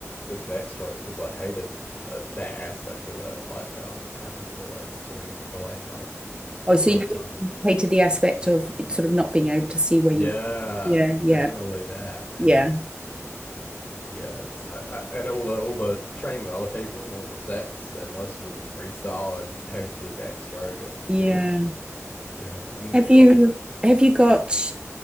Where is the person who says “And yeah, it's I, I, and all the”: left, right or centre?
Left